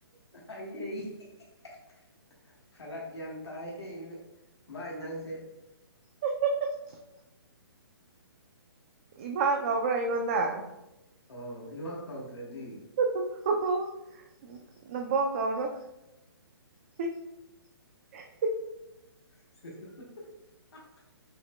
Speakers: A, on the left; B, on the right.
A: ꯑꯩ <unintelligible> ꯐꯔꯛ ꯌꯥꯝ ꯇꯥꯏꯍ ꯃꯥꯥꯏ ꯅꯥꯡꯁꯦ
B: <unintelligible> ꯏꯃꯥ ꯀꯧꯕ꯭ꯔꯥ ꯑꯩꯉꯣꯟꯗ
A: ꯑꯣ ꯏꯃꯥ ꯀꯧꯗ꯭ꯔꯗꯤ
B: <unintelligible> ꯅꯕꯣꯛ ꯀꯧꯔꯣ ꯍ <unintelligible>
A: <unintelligible>